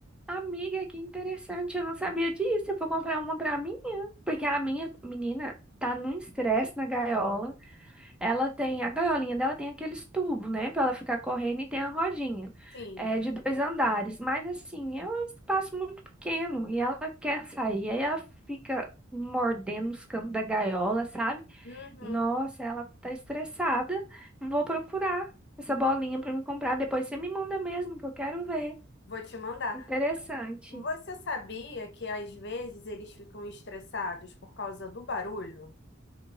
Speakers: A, in the centre; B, on the left.
A: Amiga, que interessante. Eu não sabia disso. Eu vou comprar uma pra minha. Porque a minha menina tá num estresse na gaiola. Ela tem, a gaiolinha dela tem aqueles tubos, né? Pra ela ficar correndo e tem a rodinha.
B: Sim.
A: É de dois andares. Mas assim, é um espaço muito pequeno. E ela quer sair. Aí ela fica mordendo os cantos da gaiola, sabe?
B: Uhum.
A: Nossa, ela tá estressada. Vou procurar essa bolinha pra me comprar. Depois você me manda mesmo, que eu quero ver.
B: Vou te mandar.
A: Interessante.
B: Você sabia que às vezes eles ficam estressados por causa do barulho?